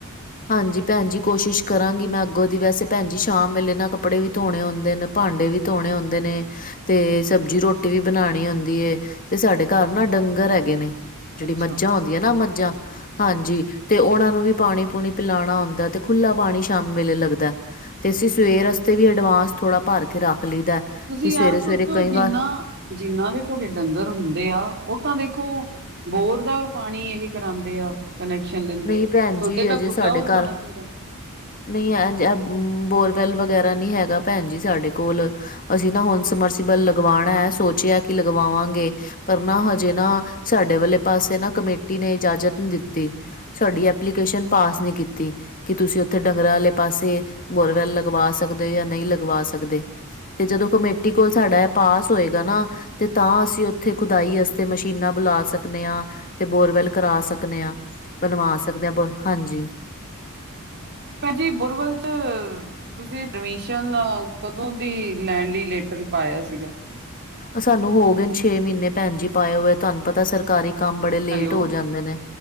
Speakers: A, on the left; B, on the right.
A: ਹਾਂਜੀ ਭੈਣ ਜੀ, ਕੋਸ਼ਿਸ਼ ਕਰਾਂਗੀ ਮੈਂ ਅੱਗੋਂ ਦੀ ਵੈਸੇ ਭੈਣ ਜੀ, ਸ਼ਾਮ ਵੇਲੇ ਨਾ ਕੱਪੜੇ ਵੀ ਧੋਣੇ ਹੁੰਦੇ ਨੇ। ਭਾਂਡੇ ਵੀ ਧੋਣੇ ਹੁੰਦੇ ਨੇ। ਤੇ ਸਬਜ਼ੀ ਰੋਟੀ ਵੀ, ਬਣਾਉਣੀ ਹੁੰਦੀ ਏ ਤੇ ਸਾਡੇ ਘਰ ਨਾ, ਡੰਗਰ ਹੈਗੇ ਨੇ। ਜਿਹੜੀ
B: ਅੱਛਾ
A: ਮੱਝਾਂ ਹੁੰਂਦੀਆਂ ਨਾ, ਮੱਝਾਂ ਹਾਂਜੀ, ਤੇ ਉਹਨਾ ਨੂੰ ਵੀ ਪਾਣੀ- ਪੂਣੀ ਪਿਲਾਉਣਾ ਹੁੰਦਾ, ਤੇ ਖੁੱਲਾ ਪਾਣੀ ਸ਼ਾਮ ਵੇਲੇ ਲੱਗਦਾ ਤੇ ਅਸੀਂ, ਸਵੇਰ ਵਾਸਤੇ ਵੀ ਅਡਵਾਂਸ ਥੋੜ੍ਹਾ ਭਰ ਕੇ ਰੱਖ ਲਈਦਾ।
B: ਤੁਸੀਂ
A: ਕਿ ਸਵੇਰੇ
B: ਯਾਰ, ਸੋਚੋ
A: ਸਵੇਰੇ ਕਈ
B: ਜਿੰਨਾ
A: ਵਾਰ
B: ਜਿੰਨਾਂ ਦੇ ਘਰੇ ਡੰਗਰ ਹੁੰਦੇ ਆ, ਉਹ ਤਾਂ ਦੇਖੋ ਬੋਰ ਦਾ ਪਾਣੀ ਇਹ ਹੀ ਕਰਾਉਂਦੇ ਆ। ਕਨੈਕਸ਼ਨ ਲੈਂਦੇ
A: ਨਹੀਂ
B: ਆ,
A: ਭੈਣ
B: ਤੁਹਾਡੇ
A: ਜੀ
B: ਤਾਂ
A: ਅਜੇ
B: ਖੁੱਲਾ
A: ਸਾਡੇ
B: ਹੋ
A: ਘਰ
B: ਜਾਣਾ ਚਾਹੀਦਾ।
A: ਨਹੀਂ ਐ ਬੋਰਵੈਲ ਵਗੈਰਾ, ਨਹੀਂ ਹੈਗਾ ਭੈਣ ਜੀ ਸਾਡੇ ਕੋਲ। ਅਸੀਂ ਨਾ ਹੁਣ, ਸਮਰਸੀਬਲ ਲਗਵਾਉਣਾ ਹੈ ਸੋਚਿਆ ਕਿ ਲਗਾਵਾਂਗੇ। ਪਰ ਨਾ ਹਜੇ ਨਾ, ਸਾਡੇ ਵਾਲੇ ਪਾਸੇ ਨਾ ਕਮੇਟੀ ਨੇ ਇਜਾਜ਼ਤ ਨਹੀਂ ਦਿੱਤੀ। ਸਾਡੀ ਐਪਲੀਕੇਸ਼ਨ, ਪਾਸ ਨੀ ਕੀਤੀ। ਕਿ ਤੁਸੀਂ ਉੱਥੇ ਡੰਗਰਾਂ ਵਾਲੇ ਪਾਸੇ, ਬੋਰਵੈਲ ਲਗਵਾ ਸਕਦੇ ਹੋ ਜਾਂ ਨਹੀਂ ਲਗਵਾ ਸਕਦੇ। ਤੇ ਜਦੋਂ ਕਮੇਟੀ ਕੋਲ, ਸਾਡਾ ਏਹ ਪਾਸ ਹੋਏਗਾ ਨਾ। ਤੇ ਤਾਂ, ਅਸੀਂ ਉੱਥੇ ਖੁਦਾਈ ਵਾਸਤੇ, ਮਸ਼ੀਨਾਂ ਬੁਲਾ ਸਕਦੇ ਹਾਂ। ਤੇ ਬੋਰਵੈਲ ਕਰਾ ਸਕਨੇ ਹਾਂ, ਬਣਵਾ ਸਕਦੇ ਹਾਂ, ਬ ਹਾਂਜੀ।
B: ਭੈੰਜੀ ਬੁਰਵਲ ਚ ਤੁਸੀਂ ਪਰਮਿਸ਼ਨ, ਕਦੋਂ ਦੀ ਲੈਣ ਲਈ ਲੈਟਰ ਪਾਇਆ ਸੀਗਾ?
A: ਸਾਨੂੰ ਹੋ ਗਏ ਨੇ ਛੇ ਮਹੀਨੇ ਭੈਣ ਜੀ, ਪਾਏ ਹੋਏ ਤੁਹਾਨੂੰ ਪਤਾ ਸਰਕਾਰੀ ਕੰਮ ਬੜੇ ਲੇਟ
B: ਹੈਲੋ
A: ਹੋ ਜਾਂਦੇ ਨੇ।